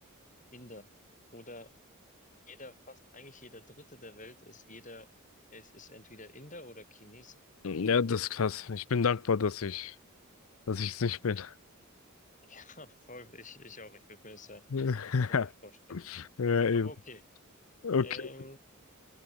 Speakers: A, on the left; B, on the left.
A: Inder. Oder jeder, fast eigentlich jeder Dritte der Welt ist jeder, es ist entweder Inder oder Chinese.
B: Ja, das ist krass. Ich bin dankbar, dass ich, dass ich es nicht bin.
A: <laughs> Voll, ich, ich auch. Ich würde mir das ja
B: <laughs>
A: komisch vorstellen.
B: Ja, eben.
A: Aber okay.
B: Okay.
A: Ähm,